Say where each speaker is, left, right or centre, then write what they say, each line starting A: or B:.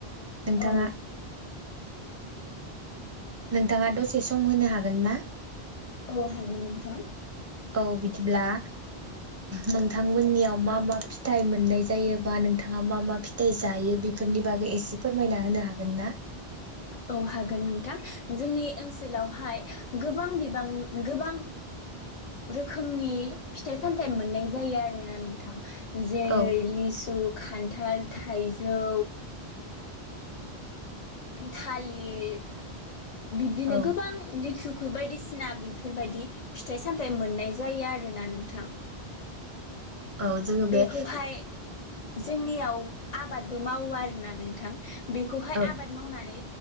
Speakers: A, on the right; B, on the left.
A: नोंथाङा।
B: औ
A: नोंथाङा दसे सम होनो हागोन ना।
B: औ हागोन नोंथां।
A: औ बिदिब्ला नोंथांमोननियाव मा मा फिथायाइ मोननाय जायो बा नोंथाङा मा मा फिथाइ जायो बेफोरनि बागै एसे फोरमायना होनो हागोन ना?
B: औ हागोन नोंथां जोंनि ओनसोलावहाय गोबां बिबां गोबां रोखोमनि फिथाइ सामथाइ मोननाय जायो आरोना नोंथां। जेरै
A: औ
B: लिसु खान्थाल थाइजौ। थालिर बिब्दिनो
A: औ
B: गोबां लेथुक बायदिसिना बेफोरबायदि फिथाइ सामथाइ मोननाय जायो आरो ना नोंथां।
A: औ जोङो
B: बेखौहाय
A: बे
B: जोंनियाव। आबादबो मावो आरोना नोंथां। बेखौहाय
A: औ
B: आबाद मावनानै